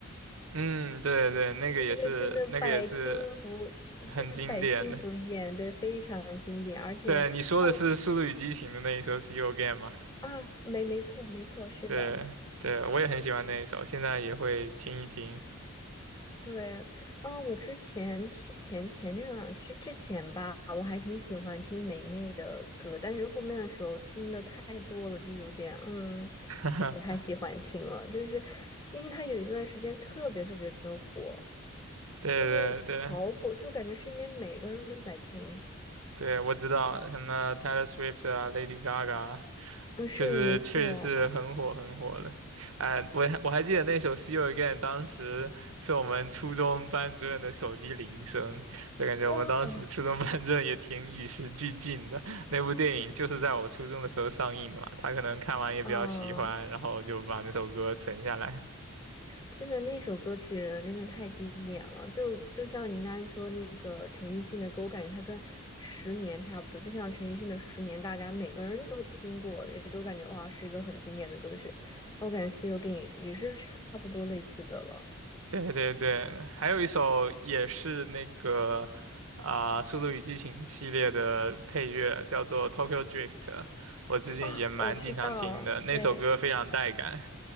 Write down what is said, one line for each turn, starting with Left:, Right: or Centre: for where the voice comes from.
Right: 嗯，对对，那个也是，
Left: 那个真的百听不，
Right: 那个也是
Left: 不就是百听不厌，
Right: 很经典的。
Left: 对，非常经典。而且，
Right: 对，你说的是《速度与激情》的那一首《See
Left: 哦
Right: You Again》吗？
Left: 啊，没没错没错，是的，
Right: 对对，我也很喜欢那一首，现在也会听一听。
Left: 对，啊，我之前去前前两去之前吧，我还挺喜欢听霉霉的歌，但是后面的时候听的太多了，就有点嗯，
Right: <laughs>
Left: 就不太喜欢听了，就是因为她有一段时间特别特别的火。
Right: 对对对
Left: 就是好火，就感觉身边每个人都在听。
Right: 对，我知道什么 Taylor Swift 啊，Lady Gaga。
Left: 嗯，是没错。
Right: 确实确实是很火很火的，哎、我还我还记得那首《See You Again》，当时是我们初中班主任的手机铃声，就感觉我们当时初中班主任也挺与时俱进的。
Left: 哇，
Right: 那部电影就是在我初中的时候上映的嘛，他可能看完也比较喜欢，
Left: 啊，
Right: 然后就把那首歌存下来。
Left: 真的那首歌曲真的太经典了，就就像您刚才说那个陈奕迅的歌，我感觉他跟《十年》差不多，就像陈奕迅的《十年》，大家每个人都听过，也都感觉哇是一个很经典的歌曲。我感觉《See You Again》也是差不多类似的了。
Right: 对对对，还有一首也是那个啊，速度与激情》系列的配乐，叫做《Tokyo Drift》，我最近也蛮经常听的，
Left: 啊，我知道，
Right: 那首歌非常带感。
Left: 对，